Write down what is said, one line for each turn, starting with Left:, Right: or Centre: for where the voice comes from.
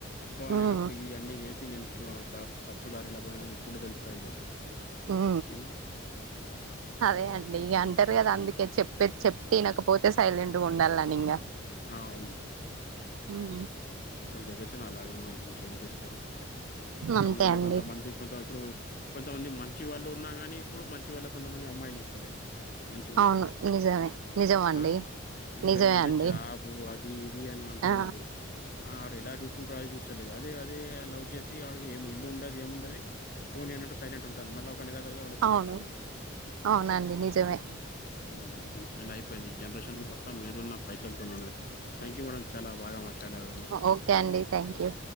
Left: అబ్బా
Right: ఉమ్
Left: నేను అప్పుడు ఈ అన్నీ చేశి నేను ఆ తప్ తప్పుదారిలా పోయినా ఇప్పుడు తెలుత్తయి ఇగ అప్పుడు.
Right: ఊఊ
Left: హ్మ్
Right: అదే అండి
Left: ఇట్లా
Right: ఇగా
Left: ఉంది.
Right: అంటరు గదా అందుకే చెప్. చెప్తే ఇనకపోతే సైలెంట్ గ ఉండాలని ఇంగా.
Left: అవును
Right: ఊ ఊ
Left: ఇప్పుటి జనరేషన్ అలాగే ఉందండి ఇంకేం చేస్తారు.
Right: అంతే
Left: అందువల్లే
Right: అండి
Left: కొంతమంది కొంత ఇప్పుడూ కొంతమంది మంచి వాళ్ళు ఉన్నా గాని ఇప్పుడు మంచి వాళ్ళక్ కొంతమంది అమ్మాయిలు ఇస్తలేరు. మంచిగున్న
Right: అవును
Left: వాళ్ళకి గూడా
Right: నిజమే నిజం అండి
Left: ఆ ఇప్పుడు
Right: నిజమే
Left: ఏమనంటే
Right: అండి
Left: జాబూ అదీ ఇదీ అని అంటున్నారు
Right: ఆ
Left: ఆ. ఆడు ఎలా చూసుకుంటాడు అది చూస్తలేదు అదే అదే లవ్ చేశీ ఆడుకి ఏమి ఇల్లు ఉండది ఏంముండది. ఫోన్ చేయండి అంటే సైలంట్ ఉంటాన్రు మళ్ళా ఒక నెలా తర్వాత వాళ్ళు కలుస్తున్నారు.
Right: అవును అవునండి నిజమే
Left: హ్ము ఇలా అయిపోయింది ఈ జనరేషన్ మొత్తం ఏదున్నా పైసల్తోనే నం థ్యాంక్ యూ మేడం చాలా బాగా మాట్లాడారు మీరు.
Right: ఓకే అండి థ్యాంక్యూ